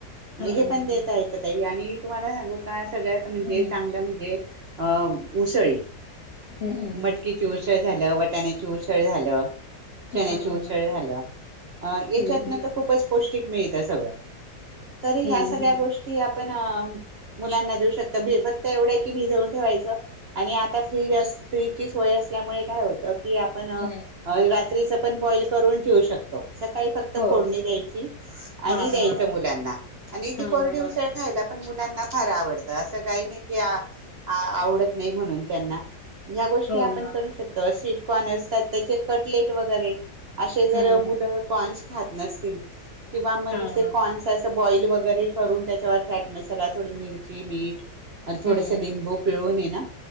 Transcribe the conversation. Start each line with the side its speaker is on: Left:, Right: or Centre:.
Right: म
Left: हां,
Right: हे पण
Left: हां.
Right: देता येत ताई आणि तुम्हाला <unintelligible> सगळ्यात म्हणजेच
Left: हं,
Right: चांगलं म्हणजे <inaudible> उसळी,
Left: हं, हं,
Right: मटकीची
Left: हं.
Right: उसळ झालं, वटाण्याची उसळ झालं. चण्याची
Left: हां, हां.
Right: उसळ झालं, अ याच्यातनं
Left: हं, हं.
Right: तर खूपच पौ ठीक मिळतं सगळं. तरी
Left: हं,
Right: ह्या सगळ्या
Left: हं.
Right: गोष्टी आप ण मुलांना देऊ शकतं <unintelligible> एवढं आहे की भिजवून ठेवायचं. आणि आता फ्री अस फ्री ची सोय असल्यामुळे काय होतं कि आपण
Left: हं.
Right: रा त्रीच पण बॉईल करून ठेवू शकतो. सकाळी फक्त
Left: हो.
Right: फोडणी द्यायची
Left: हां,
Right: आणि
Left: हां.
Right: द्यायचं मुलांना आणि
Left: हां,
Right: ती कोरडी
Left: हां.
Right: उसळ खायला पण मुलांना फार आवडते. असं काही नाही ना आवडत नाही म्हणून त्यांना ह्या गोष्टी
Left: हो
Right: आपण
Left: ना.
Right: करू शकतो. अशी- - कॉनर्सतात त्याचे कटलेट वगैरे असे जर
Left: हं,
Right: मुलं
Left: हं.
Right: कॉन्स खात नसतील. किंवा मणुके
Left: हां, हां.
Right: कॉनर्सस बॉईल वगैरे करून त्याच्यावर फॅट मसाला थोडी मिरची, मीठ आणि थोडसे
Left: हं,
Right: लिंबू
Left: हं.
Right: पिळून येना